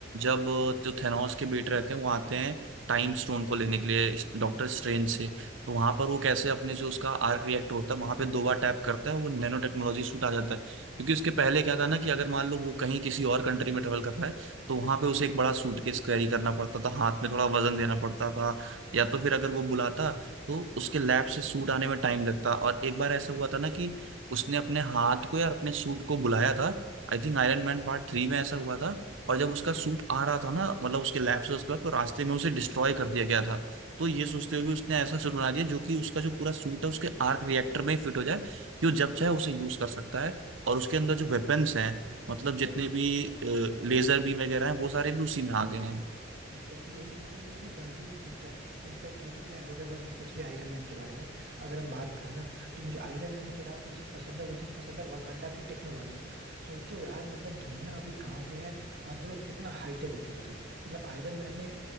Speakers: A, on the right (about 85°); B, on the right (about 60°).
A: जब जो थेनोस के बेटे रहते हैं वो आते हैं टाइम स्टोन को लेने के लिए डॉक्टर स्ट्रेंज से तो वहां पर वो कैसे अपने जो उसका आर्क रिएक्टर होता है वहां पे दो बार टैप करता है वो नैनो टेक्नोलॉजी सूट आ जाता है क्योंकि उसके पहले क्या था ना कि अगर मान लो वो कहीं किसी और कंट्री में ट्रेवल कर रहा है तो वहां पे उसे एक बड़ा सूटकेस कैरी करना पड़ता था हाथ में थोड़ा वजन देना पड़ता था या तो फिर अगर वो बुलाता तो उसके लैब से सूट आने में टाइम लगता और एक बार ऐसा हुआ था ना कि उसने अपने हाथ को या अपने सूट को बुलाया था I think Iron Man part three में ऐसा हुआ था और जब उसका सूट आ रहा था ना मतलब उसके लैब से उसके बाद तो रास्ते में उसे डिस्ट्रॉय कर दिया गया था तो ये सोचते हुए कि उसने ऐसा सूट बना दिया जो कि उसका जो पूरा सूट है उसके आर्क रिएक्टर में फिट हो जाए कि वो जब चाहे उसे यूज कर सकता है
B: एग्जैक्टली
A: और उसके अंदर जो वेपन्स
B: exactly,
A: हैं
B: यही यही
A: मतलब
B: चीज
A: जितने
B: तो है
A: भी लेजर
B: हाँ
A: बीम वगैरह हैं वो सारे भी उसी में आ गए हैं
B: एग्जैक्टली exactly यही चीज तो वो अपनी गलतियों से सीखता है इनफैक्ट ये तो खैर हो गया बस स्पेशली आयरन मैन के बारे में अगर हम बात करें ना तो मुझे आयरन मैन के अलावा जो चीज पसंद है वो चीज पसंद है वाकांडा की टेक्नोलॉजी सोचो यार मतलब दुनिया अभी कहाँ पे है और वो लोग कितना हाईटेक हो चुके थे मतलब आयरन मैन ने